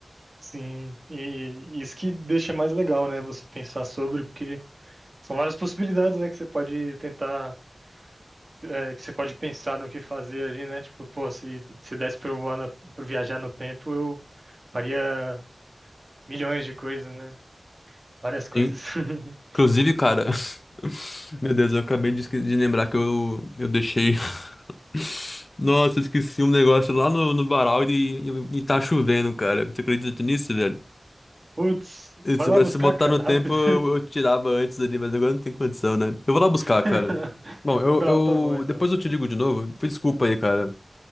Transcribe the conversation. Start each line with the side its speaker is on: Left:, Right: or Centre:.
Right: Sim, e isso que deixa mais legal, né? Você pensar sobre, porque são várias possibilidades, né? Que você pode tentar, é, que você pode pensar no que fazer ali, né? Tipo, pô, se, se desse pra eu voar no, pra viajar no tempo, eu faria milhões de coisas, né? Várias coisas.
Left: Sim.
Right: <laughs>
Left: Inclusive, cara, <laughs> meu Deus, eu acabei de, esque- de lembrar que eu, eu deixei. <laughs> Nossa, eu esqueci um negócio lá no, no varal e, e, e tá chovendo, cara. Você acredita nisso, velho?
Right: Putz,
Left: E
Right: vai
Left: Se
Right: lá
Left: você
Right: buscar,
Left: botar
Right: cara,
Left: no tempo,
Right: rápido.
Left: eu, eu tirava antes ali, mas agora não tem condição, né? Eu vou lá buscar,
Right: <laughs>
Left: cara. Bom, eu,
Right: Tá,
Left: eu
Right: tá bom, então.
Left: depois eu te ligo de novo. Desculpa aí, cara.